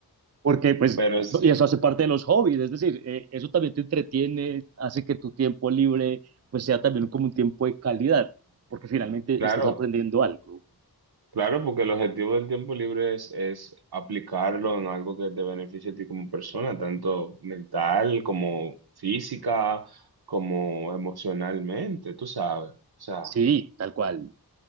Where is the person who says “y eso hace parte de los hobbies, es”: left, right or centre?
Right